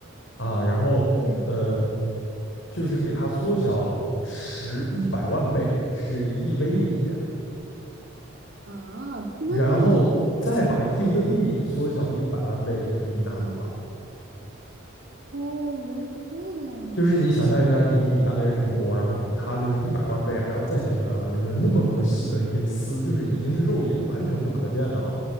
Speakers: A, on the left; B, on the right.
A: 啊，然后呃，
B: 对
A: 就是给它缩小十一百万倍是一微米，
B: 啊，那么那么小啊，
A: 然后再把一微米缩小一百万倍就是一纳米了。
B: 哦，原来是这个样子，
A: 就是你想象一下，一厘米大概是这么多，然后比它就是一百万倍还要再小一百万倍，就是那么那么细的一根丝，就是已经是肉眼完全不可见的了，